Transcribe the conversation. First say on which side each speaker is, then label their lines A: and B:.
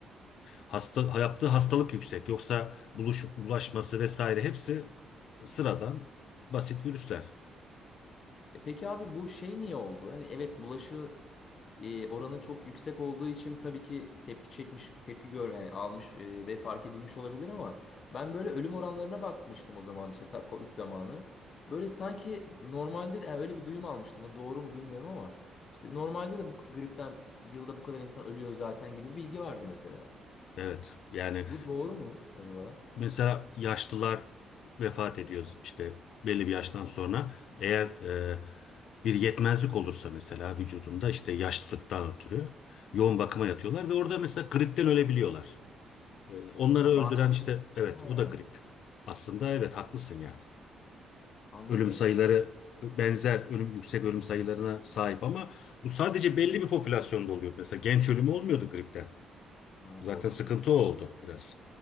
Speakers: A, on the left (about 70°); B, on the left (about 50°).
A: Hasta, yaptığı hastalık yüksek. Yoksa buluş, bulaşması vesaire hepsi sıradan basit virüsler.
B: E peki abi bu şey niye oldu? Hani evet bulaşı e, oranı çok yüksek olduğu için tabii ki tepki çekmiş, tepki gör yani almış e, ve fark edilmiş olabilir ama ben böyle ölüm oranlarına bakmıştım o zaman işte ta Covid zamanı. Böyle sanki normalde de yani öyle bir duyum almıştım. Bu doğru mu bilmiyorum ama işte normalde de bu gripten yılda bu kadar insan ölüyor zaten gibi bir bilgi vardı mesela.
A: Evet. Yani
B: Bu doğru mu acaba?
A: mesela yaşlılar vefat ediyor işte belli bir yaştan sonra. Eğer e, bir yetmezlik olursa mesela vücudunda işte yaşlılıktan ötürü yoğun bakıma yatıyorlar ve orada mesela gripten ölebiliyorlar. E, onları
B: Ha,
A: öldüren
B: bağışıklık.
A: işte evet
B: Ha,
A: o da grip. Aslında evet haklısın yani.
B: anladım.
A: ölüm sayıları benzer ölüm yüksek ölüm sayılarına sahip ama bu sadece belli bir popülasyonda oluyor. Mesela genç ölümü olmuyordu gripten.
B: Ha,
A: Zaten
B: doğru söylüyorsun.
A: sıkıntı o oldu biraz.